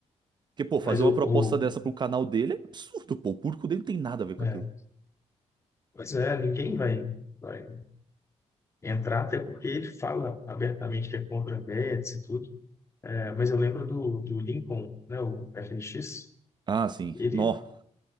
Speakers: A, on the right (about 40°); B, on the left (about 25°).
A: Porque, pô, fazer
B: Mas
A: uma
B: o,
A: proposta
B: o
A: dessa pro canal dele é absurdo, pô. O público dele não tem nada a ver com
B: é,
A: aquilo.
B: pois é, ninguém vai, vai entrar, até porque ele fala abertamente que é contra a bets e tudo. É, mas eu lembro do, do Lincoln, né, o FNX,
A: Ah, sim.
B: ele
A: Nó.